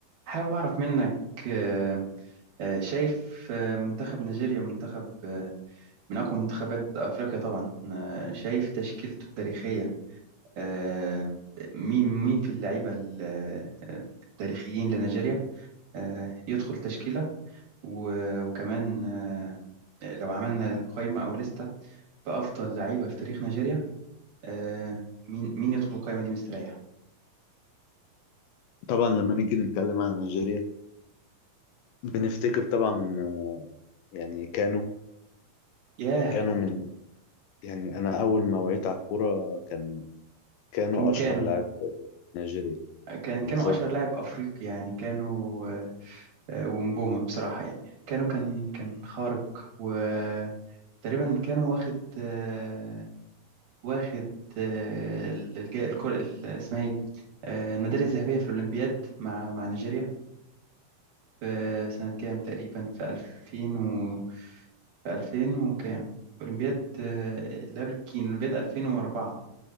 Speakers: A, on the right; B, on the left.
A: حابب أعرف منك آه، آه، شايف آه، منتخب نيجيريا منتخب آه، من أقوى منتخبات أفريقيا طبعا آه، شايف تشكيلته التاريخية آه، مين مين في اللعيبة ال- آه، التاريخيين لنيجيريا آه، يدخل تشكيلة و- وكمان آه، لو عملنا قائمة أو لستة بأفضل لعيبة في تاريخ نيجيريا آه، مين مين يدخل القائمة دي مستريح؟
B: طبعا لما نيجي نتكلم عن نيجيريا بنفتكر طبعا آه، يعني كانوا
A: ياه
B: كانوا من يعني انا اول ما وعيت على الكوره كان كانوا
A: كان كانوا
B: اشهر لاعب في نيجيريا
A: كان كانوا
B: بالظبط
A: أشهر لاعب أفريقي يعني كانوا آه، آه، ومبومة بصراحة يعني كانوا كان كان خارق وتقريبا كانوا واخد آه، واخد آه، الج- الكرة ال- اسمها ايه آه، الميدالية الذهبية في الأولمبياد مع مع نيجيريا في سنة كام تقريبا في 2000 و في 2000 وكام أولمبياد آه، اللي قبل بكين أولمبياد 2004